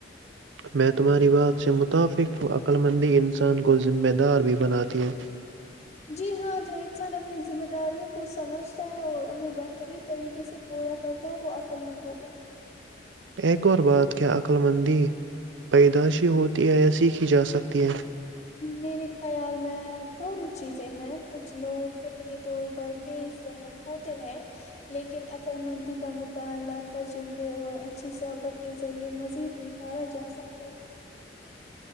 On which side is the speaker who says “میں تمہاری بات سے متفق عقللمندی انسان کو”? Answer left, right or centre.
Right